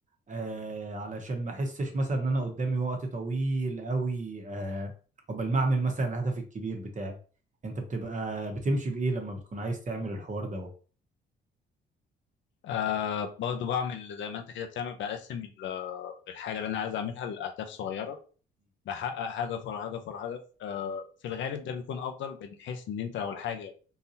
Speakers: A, on the right; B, on the left.
A: آه علشان ما احسش مثلا ان انا قدامي وقت طويل قوي آه قبل ما اعمل مثلا الهدف الكبير بتاعي انت بتبقى بتمشي بايه لما بتكون عايز تعمل الحوار ده
B: آه برضو بعمل زي ما انت كده بتعمل بقسم ال- آه، الحاجة اللي انا عايز اعملها لأهداف صغيرة بحقق هدف ورا هدف ورا هدف آه في الغالب ده بيكون افضل من حيث ان انت لو الحاجة